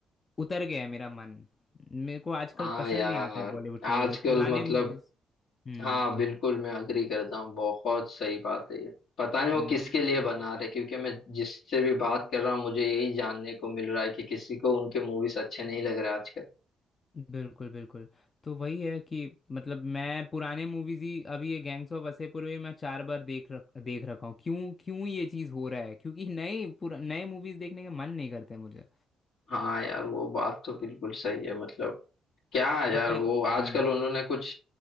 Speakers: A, on the left (about 35°); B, on the left (about 70°).
A: उतर गया है मेरा मन मेरे को आजकल
B: हाँ
A: पसंद
B: यार
A: नहीं आता है बॉलीवुड के
B: आजकल
A: मूवीज पुराने
B: मतलब
A: मूवीज हम्म
B: हाँ बिल्कुल मैं अग्री करता हूँ बहुत सही बात है ये पता नहीं वो
A: हम्म
B: किसके लिए बना रहे क्योंकि मैं जिससे भी बात कर रहा हूँ मुझे यही जानने को मिल रहा है कि किसी को उनके मूवीज अच्छे नहीं लग रहे आजकल
A: बिल्कुल बिल्कुल तो वही है कि मतलब मैं पुराने मूवीज ही अभी ये गैंग्स ऑफ वासेपुर भी मैं चार बार देख रख देख रखा हूँ क्यों क्यों ये चीज़ हो रहा है क्योंकि नए पुरा नए मूवीज देखने का मन नहीं करता है मुझे
B: हाँ यार वो बात तो बिल्कुल सही है मतलब क्या है यार
A: और कहीं
B: वो आजकल
A: हम्म
B: उन्होंने कुछ